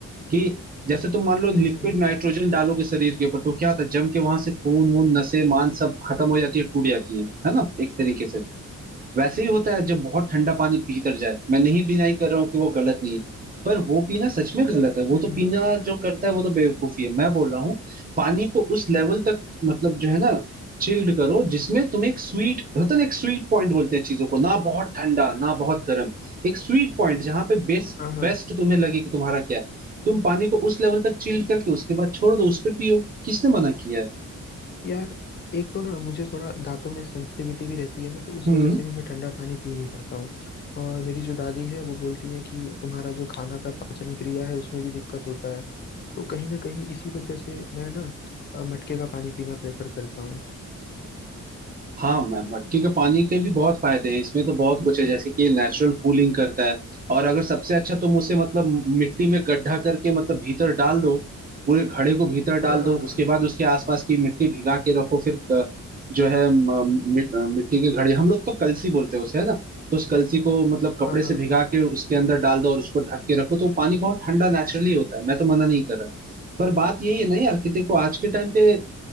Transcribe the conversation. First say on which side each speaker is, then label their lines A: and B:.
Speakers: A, on the right; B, on the left.
A: कि जैसे तुम मान लो लिक्विड
B: हम्म
A: नाइट्रोजन डालोगे शरीर के ऊपर तो क्या होता है जम के वहां से खून वून नसें मांस सब खत्म हो जाती है टूट जाती है है ना एक तरीके से वैसे ही होता है जब बहुत ठंडा पानी भीतर जाए मैं नहीं डिनाई कर रहा हूँ कि वो गलत नहीं है पर वो पीना सच में गलत है वो
B: हम्म
A: तो
B: हम्म,
A: पीना जो करता है वो तो बेवकूफी है मैं बोल रहा हूँ पानी को उस लेवल तक मतलब जो है ना चिल्ड करो जिसमें तुम एक स्वीट होता है ना एक स्वीट पॉइंट बोलते हैं चीजों को ना बहुत ठंडा ना बहुत गर्म एक स्वीट पॉइंट जहां पे बेस्ट
B: हाँ हाँ
A: बेस्ट तुम्हें लगे कि तुम्हारा क्या है तुम पानी को उस लेवल तक चिल्ड करके उसके बाद छोड़ दो उस पे पियो किसने मना किया है
B: यार एक तो ना मुझे थोड़ा दांतों में सेंसिटिविटी भी रहती है ना तो उस
A: हम्म
B: वजह से भी मैं ठंडा पानी पी नहीं पाता हूँ और मेरी जो दादी है वो बोलती है कि तुम्हारा जो खाना का पाचन क्रिया है उसमें भी दिक्कत होता है तो कहीं ना कहीं इसी वजह से मैं ना अ, मटके का पानी पीना प्रेफर करता हूँ
A: हाँ मैं मटके के पानी के भी बहुत फायदे हैं इसमें तो बहुत कुछ है जैसे कि ये नेचुरल कूलिंग करता है और अगर सबसे अच्छा तुम उसे मतलब मिट्टी में गड्ढा करके मतलब भीतर डाल दो पूरे घड़े को भीतर
B: हाँ
A: डाल
B: हाँ
A: दो
B: हाँ
A: उसके बाद उसके आसपास की मिट्टी भिगा के रखो फिर अ, जो है म, मि, अ, मिट्टी के घड़े हम लोग तो कलसी बोलते हैं उसे है ना तो उस कलसी को मतलब कपड़े
B: हाँ हाँ
A: से भिगा के उसके अंदर डाल दो और उसको ढक के रखो तो वो पानी बहुत ठंडा नेचुरली होता है मैं तो मना नहीं कर रहा पर बात यही है ना यार कि देखो आज के टाइम पे